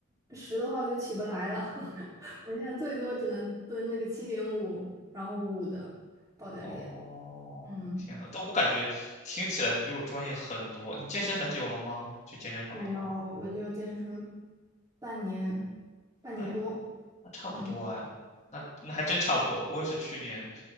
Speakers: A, on the right; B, on the left.
A: 十的话我就起不来了。<laughs> 我现在最多只能蹲那个七点五，然后五的保加利亚。
B: 哦，
A: 嗯，
B: 天呐，但我感觉听起来你比我专业很多。你健身很久了吗？去健身房的话，
A: 没有，我就健身半年，半年多。
B: 哎那差不多哎，
A: 嗯。
B: 那那还真差不多。我也是去年